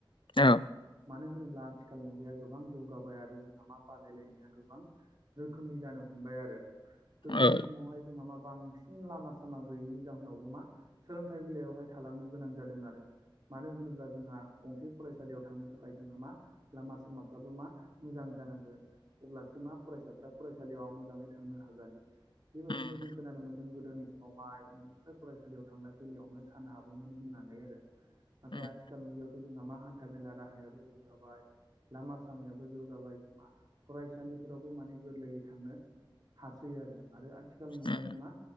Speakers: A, on the left; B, on the right.
A: औ
B: मानो होनोब्ला आथिखाल मुगाया गोबां जौगाबाय आरो जोंहा मा बादायलायनाया गोबां रोखोमनि जानो हमबाय आरो। गोदोनि
A: औ
B: समावहाय जोंहा मा बांसिन लामा सामा गैयैनि जाहोनावबो मा सोलोंथाइ बिलायावहाय थालांनो गोनां जादों आरो। मानो होनोब्ला जोंहा गंसे फरायसालियाव थांनो थाखाय जोंहा मा लामा सामाफ्राबो मा मोजां जानांगोन अब्लासो मा फरायसाफ्रा फरायसालियाव मोजाङै थांनो हागोन बेबायदिनो
A: उम
B: जों खोनानो मोन्दों गोदोनि समावहाय न'निफ्राय फरायसालियाव थांलाय फैलायावनो सान हाबोमोन होननानै आरो नाथाय
A: उम
B: आथिखाल मुगायाव थ' जोंहा मा हान्था मेला राहायाबो जौगाबाय लामा सामायाबो जौगाबाय जों मा फरायसालिफोरावबो माने गोरलैयै थांनो हासै आरो आरो आथिखाल मुगानि
A: उम
B: मा